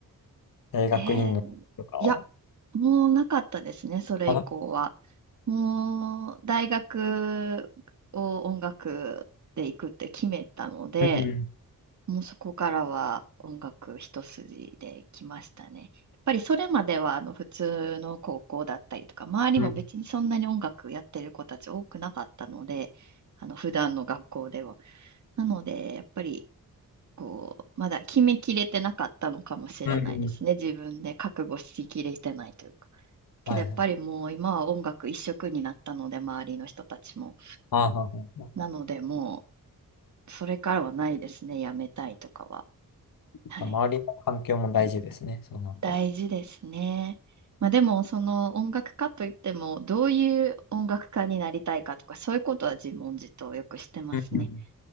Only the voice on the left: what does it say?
大学院の時とかは。
あの
うん。
うん。
うん。うん
はいはい
ああ、はあはあや
っぱ周りの環境も大事ですね。
そうなったら。
うんうん